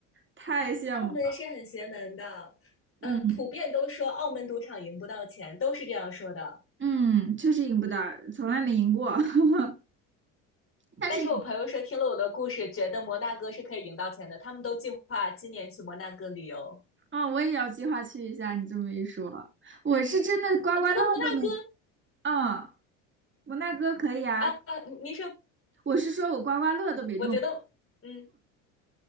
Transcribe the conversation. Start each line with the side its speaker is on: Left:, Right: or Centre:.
Right: 太羡慕了，
Left: 澳门是很邪门的，呃，
Right: 嗯
Left: 普遍都说澳门赌场赢不到钱，都是这样说的。
Right: 嗯，确实赢不到，从来没赢过。<laughs> 但是你
Left: 但是我朋友说听了我的故事，觉得摩纳哥是可以赢到钱的，他们都计划今年去摩纳哥旅游。
Right: 啊、我也要计划去一下。你这么一说，我是真的刮刮乐都没，
Left: 我觉得摩纳哥
Right: 嗯，我纳哥可以啊。
Left: 啊，啊您说，
Right: 我是说我刮刮乐都没中，
Left: 我觉得，嗯，